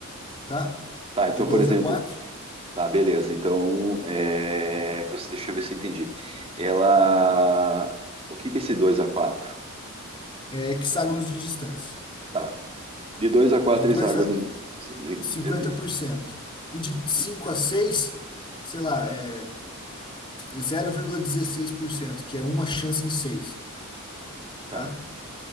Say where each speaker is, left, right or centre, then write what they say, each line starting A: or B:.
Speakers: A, on the left (about 25°); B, on the right (about 25°).
A: tá?
B: Tá,
A: De
B: então,
A: 2
B: por exemplo,
A: a 4
B: tá, beleza. Então, é, você, deixa eu ver se eu entendi. Ela, o que que é esse 2 a 4?
A: é hexágonos de distância.
B: Tá, de dois a 4,
A: De 2
B: hexágonos.
A: a
B: de-
A: cinquenta
B: de-
A: por cento E de cinco
B: de-
A: a seis sei lá, é zero vírgula dezesseis por cento que é uma chance em seis,
B: Tá.
A: tá?